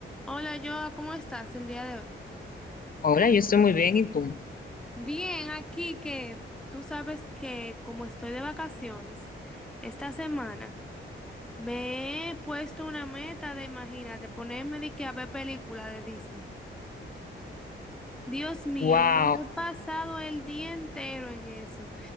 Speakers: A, in the centre; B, on the left (about 40°).
A: Hola, Joa, ¿cómo estás el día de hoy?
B: Hola, yo estoy muy bien, ¿y tú?
A: Bien, aquí que Tú sabes que como estoy de vacaciones, esta semana me he puesto una meta de, imagínate, ponerme de que a ver película de Disney. Dios mío,
B: Wow,
A: me he pasado el día entero en eso.